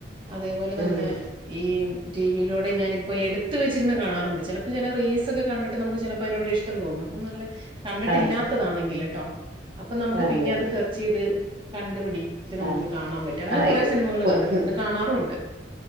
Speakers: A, on the right (about 30°); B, on the right (about 60°).
A: അതേപോലെ
B: ഉം
A: തന്നെ ഈ ടി വിയിലൂടെ ഞാനിപ്പോ എടു ത്ത് വെച്ചിരുന്നു കാണാറുണ്ട് ചിലപ്പോ ചില റീൽസ്ക്ക കണ്ട്ട്ട് നമുക്ക് ചിലപ്പോ അതിനോട് ഇഷ്ടം തോന്നും അപ്പ നല്ല.. കണ്ടിട്ടില്ലാത്തതാണെങ്കിൽ
B: ആഹ്
A: ട്ടോ അപ്പൊ നമുക്ക്
B: അതെ
A: പിന്നെ
B: അതെ
A: അത് സെർച്ച് ചെയ്ത് കണ്ട് പിടി ച്ച് നമുക്ക്
B: ആഹ്
A: കാണാൻ പറ്റും അങ്ങനെ
B: ആഹ്
A: കുറെ
B: ഇപ്പൊ
A: സിനിമകൾ
B: പു
A: കണ്ടിട്ട്ണ്ട്
B: പു
A: കാണാറുണ്ട്..